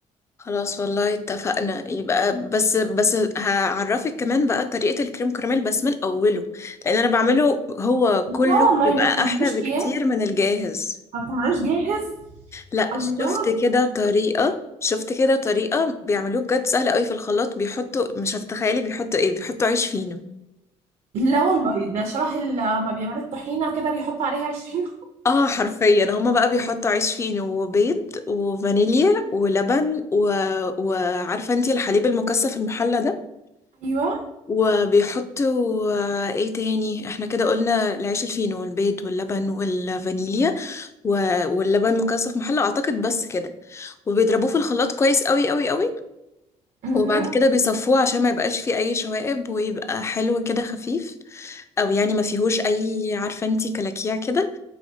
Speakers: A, on the left; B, on the right.
A: خلاص والله اتفقنا يبقى بس بس هعرفك كمان بقى طريقة الكريم كراميل بس من أوله لأن أنا بعمله هو
B: لا
A: كله
B: والله
A: بيبقى
B: ما بتعملوش
A: أحلى بكتير
B: اكياس
A: من الجاهز
B: ما بتعملوش جاهز
A: لا
B: الله
A: شفت كده طريقة شفت كده طريقة بيعملوه بجد سهلة قوي في الخلاط بيحطوا مش هتتخيلي بيحطوا ايه بيحطوا عيش فينو
B: لا والله ده شبه لما بيعملوا الطحينة كده بيحطوا عليها 20
A: اه حرفيا هما بقى بيحطوا عيش فينو وبيض وفانيليا ولبن و... وعارفة انتي الحليب المكثف المحلى ده
B: <laughs> ايوه
A: وبيحطوا آه، ايه تاني احنا كده قلنا العيش الفينو والبيض واللبن والفانيليا و- واللبن مكثف محلى اعتقد بس كده وبيضربوه في الخلاط كويس قوي قوي قوي
B: امم
A: وبعد كده بيصفوه عشان ما يبقاش فيه اي شوائب ويبقى حلو كده خفيف او يعني ما فيهوش اي عارفه انتي كلاكيع كده